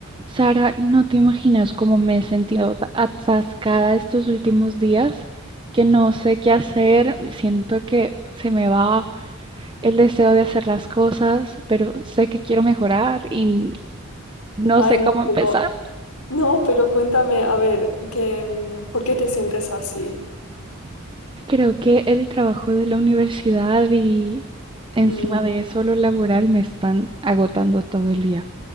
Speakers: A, on the right; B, on the left.
A: Sara, no te imaginas cómo me he sentido atascada estos últimos días, que no sé qué hacer, siento que se me va el deseo de hacer las cosas, pero sé que quiero mejorar y no
B: Ay,
A: sé
B: no,
A: cómo empezar.
B: pero, no, pero cuéntame, a ver, que, mm, ¿por qué te sientes así?
A: Creo que el trabajo de la universidad y encima
B: Mm,
A: de eso lo laboral me están agotando todo el día.